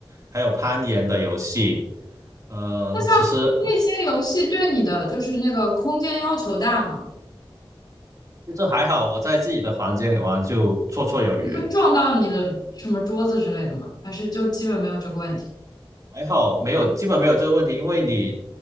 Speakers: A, on the right; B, on the left.
A: 还有攀岩的游戏。嗯、
B: 那像那些游戏对你的就是那个空间要求大吗？
A: 其实其实还好，我在自己的房间里玩就绰绰有余，
B: 你会撞到你的什么桌子之类的吗？还是就基本没有这个问题？
A: 还好没有基本没有这个问题，因为你